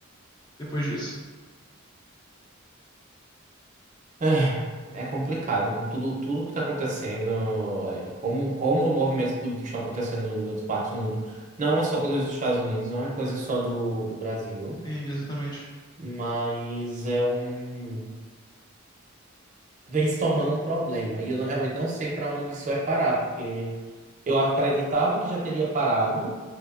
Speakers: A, on the left (about 20°); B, on the right (about 35°).
A: Depois disso.
B: Ah, É complicado com tudo, tudo que está acontecendo, é, como, como os movimentos políticos estão acontecendo em outras partes do mundo. Não é só coisa dos Estados Unidos, não é coisa só do, do Brasil,
A: Sim, exatamente.
B: mas é um. Vem se tornando um problema. E eu não- realmente não sei para onde isso vai parar, porque eu acreditava que já teria parado,